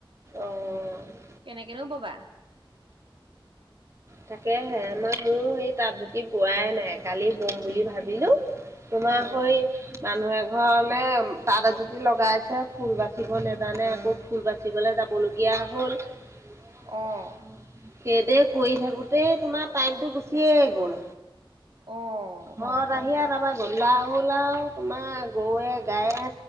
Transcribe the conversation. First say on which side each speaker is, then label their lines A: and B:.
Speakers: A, on the right (about 35°); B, on the right (about 70°).
A: অ'
B: কেনেকেনো ববা
A: তাকেহে মই মোৰ এই তাঁত জুতি বোৱাই নাই কালি বম বুলি ভাবিলো তোমাৰ
B: অ'।
A: সৈ মানুহ এঘৰলে তাত এযু লগাইছে ফুল বাচিব নোজানে আকৌ ফুল বাচিবলৈ যাব লগীয়া হ'ল <unintelligible>
B: অ',
A: সেইদে কৰি থাকোতেই তোমাৰ টাইমতটো গুচিয়ে গ'ল
B: অ'।
A: মৰত আহি আহিয়ে তাপা গধুলা দল আউ তোমাৰ গৰুৱে গায়ে